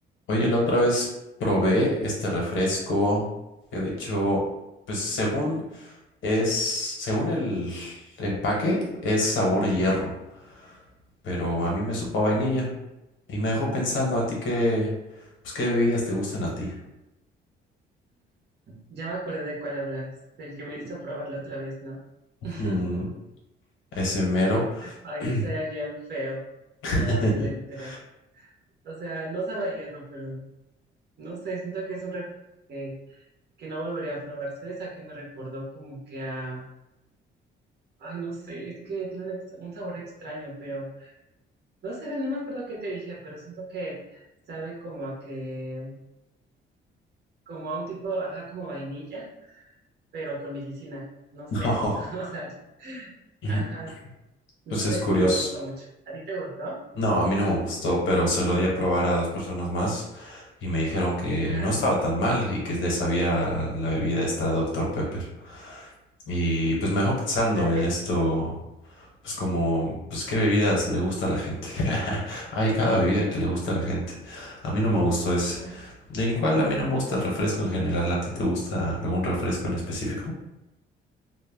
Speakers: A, on the left; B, on the right.
A: Oye, la otra vez probé este refresco, que de hecho, pues según es, según el empaque, es sabor hierro, pero a mí me supo a vainilla y me dejó pensando a ti qué, pues qué bebidas te gustan a ti.
B: Ya me acordé de cuál hablas, del que me hizo probarlo otra vez, ¿no? <laughs>
A: Mm, ese mero.
B: Ay,
A: <clears throat> Ujú.
B: no sabía bien feo, sabe
A: <laughs>
B: horrible literal. O sea, no sabe a hierro, pero no sé, siento que es un refresco que, que no volvería a probar. ¿Sabes a qué me recordó? Como que a, ay, no sé, es que tiene un ex- un sabor extraño, pero no sé, no me acuerdo qué te dije, pero siento que sabe como a que, como a un tipo, ajá, como vainilla, pero con medicina, no sé,
A: No,
B: <laughs> o sea,
A: ujú.
B: ajá. No
A: pues
B: sé,
A: es curioso.
B: no me gustó mucho. ¿A ti te gustó?
A: No, a mí no me gustó, pero se lo di a probar a dos personas más y me dijeron que
B: Ajá,
A: no estaba tan mal y que les sabía la bebida esta doctor Pepper. Y pues me dejó pensando
B: tal
A: en
B: vez.
A: esto, pues como, pues qué bebidas le gusta a la gente. <laughs> Hay cada bebida que le gusta a la gente. A mí no me gustó ese.
B: Ajá.
A: De igual a mí no me gusta el refresco en general. ¿A ti te gusta algún refresco en específico?